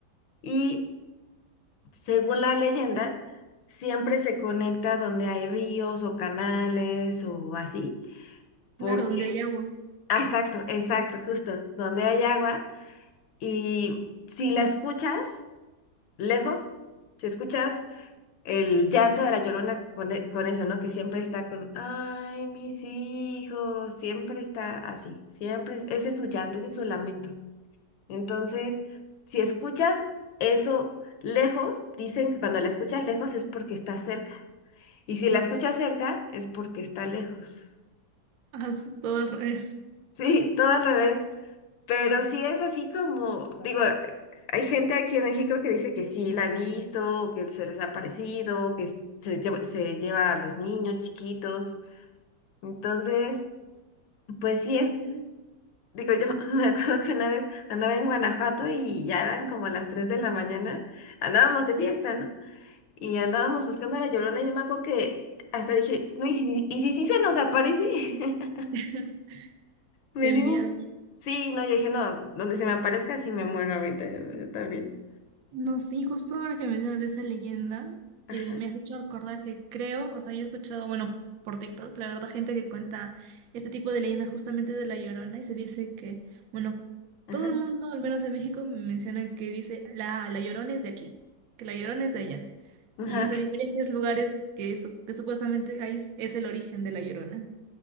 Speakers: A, on the left (about 80°); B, on the right (about 65°).
A: Y según la leyenda, siempre se conecta donde hay ríos o canales o así. Porque,
B: Claro, donde hay agua.
A: ah, exacto, exacto, justo, donde hay agua. Y si la escuchas, lejos, si escuchas el llanto de la Llorona con, e- con eso, ¿no? Que siempre está con, ay, mis hijos, siempre está así, siempre, es- ese es su llanto, ese es su lamento. Entonces, si escuchas eso lejos, dicen que cuando la escuchas lejos es porque está cerca. Y si la escuchas cerca, es porque está lejos. <laughs>
B: Haz todo al revés.
A: Sí, todo al revés. Pero sí es así como, digo, hay gente aquí en México que dice que sí la ha visto, que se les ha parecido, que se lleva, se lleva a los niños chiquitos. Entonces, pues sí
B: No
A: es,
B: sé.
A: digo, yo <laughs> me acuerdo que una vez andaba en Guanajuato y ya eran como las 3 de la mañana, andábamos de fiesta, ¿no? Y andábamos buscando a la Llorona, yo me acuerdo que hasta dije, no, ¿y si, y si sí se nos aparece?
B: <laughs>
A: <laughs> Me
B: El
A: dio...
B: miedo.
A: Sí, no, yo dije, no, donde se me aparezca sí me muero ahorita, yo, yo también.
B: No, sí, justo ahora que mencionas de esa leyenda,
A: Ajá,
B: eh, me has hecho recordar que creo, o sea, yo he escuchado, bueno, por TikTok, la verdad, gente que cuenta este tipo de leyendas justamente de La Llorona y se dice que, bueno,
A: ajá,
B: todo el mundo, al menos en México, mencionan que dice, la, la Llorona es de aquí, que la Llorona es de allá.
A: ajá.
B: Y, o sea, diferentes lugares que, su- que supuestamente ahí es es el origen de La Llorona.